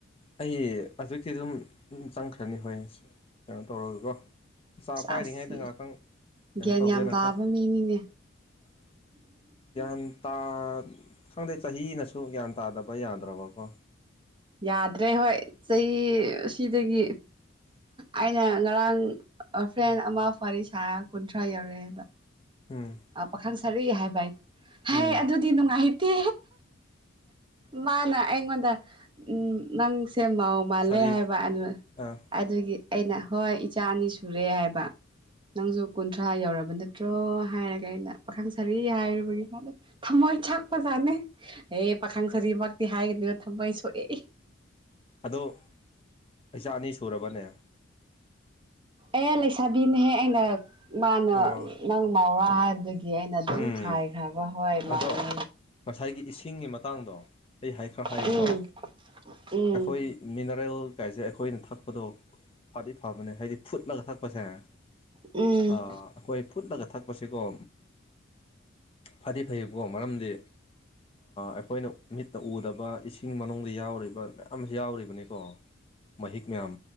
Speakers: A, on the left; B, on the right.
A: ꯑꯩ ꯍꯧꯖꯤꯛꯇꯤ ꯑꯗꯨꯝ ꯆꯪꯈ꯭ꯔꯅꯤ ꯍꯣꯏ ꯀꯩꯅꯣ ꯇꯧꯔꯒꯀꯣ ꯆꯥꯛ ꯄꯥꯏꯔꯤꯉꯩꯗ
B: ꯑꯁ
A: ꯉꯍꯥꯛꯇꯪ ꯀꯩꯅꯣ
B: ꯒ꯭ꯌꯥꯟ
A: ꯇꯧꯒꯦꯅꯀꯣ
B: ꯌꯥꯝ ꯇꯥꯕ ꯃꯤꯅꯤꯅꯦ
A: ꯒ꯭ꯌꯥꯟ ꯇꯥ ꯈꯪꯗꯦ ꯆꯍꯤꯅꯁꯨ ꯒ꯭ꯌꯥꯟ ꯇꯥꯗꯕ ꯌꯥꯗ꯭ꯔꯕꯀꯣ
B: ꯌꯥꯗ꯭ꯔꯦ ꯍꯣꯏ ꯆꯍꯤ ꯁꯤꯗꯒꯤ ꯑꯩꯅ ꯉꯔꯥꯡ ꯐ꯭ꯔꯦꯟ ꯑꯃ ꯋꯥꯔꯤ ꯁꯥ ꯀꯨꯟꯊ꯭ꯔꯥ ꯌꯧꯔꯛꯑꯦꯕ
A: ꯎꯝ
B: ꯄꯥꯈꯪ ꯁꯥꯔꯛꯏꯦ ꯍꯥꯏꯕꯥꯏ ꯍ
A: ꯎꯝ
B: ꯑꯗꯨꯗꯤ ꯅꯨꯡꯉꯥꯏꯇꯦ ꯃꯥꯅꯥ ꯑꯩꯉꯉꯣꯟꯗ ꯎꯝ ꯅꯪꯁꯦ ꯃꯥꯧ ꯃꯥꯜꯂꯦ
A: ꯁꯥꯔꯤ
B: ꯍꯥꯏꯕ ꯑꯗꯨ
A: ꯑ
B: ꯑꯗꯨꯒꯤ ꯑꯩꯅ ꯍꯣꯏ ꯏꯆꯥ ꯑꯅꯤ ꯁꯨꯔꯦ ꯍꯥꯏꯕ ꯅꯪꯁꯨ ꯀꯨꯟꯊ꯭ꯔꯥ ꯌꯧꯔꯕ ꯅꯠꯇ꯭ꯔꯣ ꯍꯥꯏꯔꯒ ꯑꯩꯅ ꯄꯥꯈꯪ ꯁꯥꯔꯤ ꯍꯥꯏꯔꯨꯕꯒꯤꯗ ꯊꯃꯣꯏ ꯐꯖꯥꯅꯦ ꯑꯦ ꯄꯥꯈꯪ ꯁꯖꯤꯃꯛꯇꯤ ꯍꯥꯏꯒꯅꯤꯣꯏꯅ ꯊꯝꯃꯩ ꯁꯣꯛꯑꯦ
A: ꯑꯣ ꯑꯩꯩꯆꯥ ꯑꯅꯤ ꯁꯨꯔꯕꯅꯦ
B: ꯑꯦ ꯂꯩꯁꯥꯕꯤꯅꯍꯦ ꯑꯩꯅ ꯃꯥꯅ
A: ꯑꯣ
B: ꯅꯪ ꯃꯥꯥꯎꯔꯥ ꯍꯥꯏꯕꯗꯒꯤ ꯑꯩꯅ ꯑꯗꯨꯝ
A: ꯎꯝ
B: ꯈꯥꯏꯈ꯭ꯔꯕ ꯍꯋꯥꯏ ꯃꯥꯡꯅ
A: ꯑꯗꯣ ꯉꯁꯥꯏꯒꯤ ꯏꯁꯤꯡꯒꯤ ꯃꯇꯥꯡꯗꯣ ꯑꯩ ꯍꯥꯏꯈꯔ ꯍꯥꯏꯒꯦꯀꯣ
B: ꯎꯝ ꯎꯝ
A: ꯑꯩꯈꯣꯏ ꯃꯤꯅꯔꯦꯜ ꯀꯥꯏꯁꯦ ꯑꯩꯈꯣꯏꯅ ꯊꯛꯄꯗꯣ ꯐꯗꯤ ꯐꯕꯅꯦ ꯍꯥꯏꯗꯤ ꯐꯨꯠꯂꯒ ꯊꯛꯄꯁꯦ ꯑꯩꯈꯣꯏ
B: ꯎꯝ
A: ꯐꯨꯠꯂꯒ ꯊꯛꯄꯁꯤꯀꯣ ꯐꯗꯤ ꯐꯩꯀꯣ ꯃꯔꯝꯗꯤ ꯑꯩꯈꯣꯏꯅ ꯃꯤꯠꯅ ꯎꯗꯕ ꯏꯁꯤꯡ ꯃꯅꯨꯡꯗ ꯌꯥꯎꯔꯤꯕ ꯃꯌꯥꯝ ꯑꯃꯁꯨ ꯌꯥꯎꯔꯤꯕꯅꯤꯀꯣ ꯃꯍꯤꯛ ꯃꯌꯥꯝ